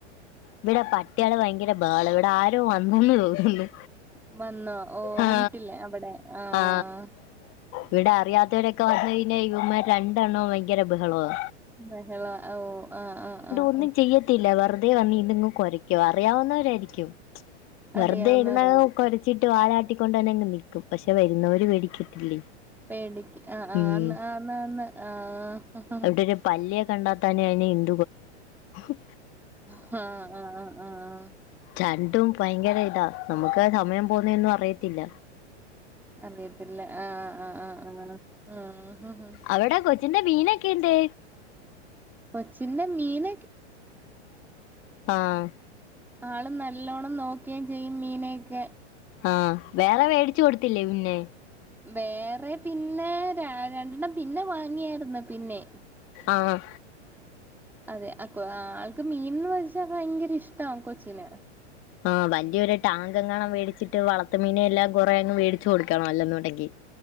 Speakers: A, on the left; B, in the centre.
A: ഇവിടെ പട്ടികള് ഭയങ്കര ബേഹ്ള ഇവിടെ ആരോ വന്നെന്ന് തോന്നുന്നു
B: വന്നോ ഓഹ്
A: ആ
B: വീട്ടില്ലേ അവിടെ ആഹ്
A: ആ
B: ആഹ്
A: ഇവിടെ അറിയാത്തവരൊക്കെ വന്നയ്ഞ ഇവൻമാര് രണ്ടെണ്ണം ഭയങ്കര ബഹളവാ
B: ബഹളവാ ഓഹ് ആഹ് ആഅഹ ആഹ്
A: ഒന്നും
B: ആഹ്
A: ചെയ്യത്തില്ല വെറുതെ വന്ന് ഇതിങ്ങ് കുറക്കും അറിയാവുന്നവരായിരിക്കും വെറുതെ
B: അറിയാവുന്നവരായിരിക്കും
A: ആരുന്ന കൊരച്ചിട്ട് വാലാട്ടിക്കൊണ്ട് തന്നെ ഇങ്ങ് നിക്കും പക്ഷെ വരുന്നവര് പേടിക്കത്തില്ലേ
B: പേടിക്ക് ആഹ് ആഹ്
A: ഉം
B: ആന്നാന്ന് ആഹ്
A: അവിടെ ഒരു പല്ലിയെ കണ്ടാത്താൻ അയിന് <unintelligible>
B: അഹ് അഹ് അഹ് അഹ് അഹ്
A: രണ്ടും ഭയങ്കര ഇതാ നമുക്ക് സമയം പോണെന്നും അറിയത്തില്ല
B: അറിയത്തില്ല അഹ് അഹ് അഹ്
A: അവിടെ കൊച്ചിന്റെ മീനൊക്കെന്തെ
B: കൊച്ചിന്റെ മീൻ
A: ആഹ്
B: ആള് നല്ലോണ്ണം നോക്കുകയും ചെയ്യും മീനെയൊക്കെ
A: ആഹ് വേറെ മേടിച്ചു കൊടുത്തില്ലേ പിന്നെ
B: വേറെ പിന്നെ രണ്ടെണ്ണം പിന്നെ വാങ്ങിയായിരുന്നു പിന്നെ
A: ആഹ്
B: അതെ ആഹ് ആൾക്ക് മീൻന്ന് വെച്ച ഭയങ്കര ഇഷ്ടാ ആ കൊച്ചിലെ
A: ആഹ് വലിയൊരു ടാങ്കെങ്ങാണം മേടിച്ചിട്ട് വളർത്തു മീനെല്ലാം കുറേ അങ്ങ് വേടിച്ച് കൊടുക്കണം അല്ലന്നുണ്ടെങ്കിൽ